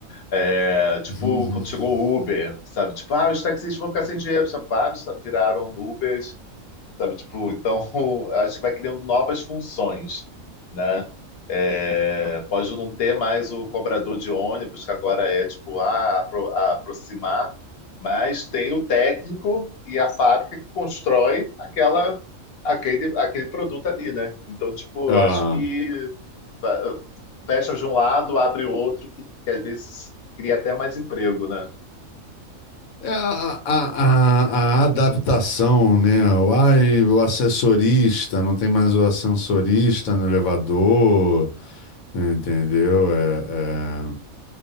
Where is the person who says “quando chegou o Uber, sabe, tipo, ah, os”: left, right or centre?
Left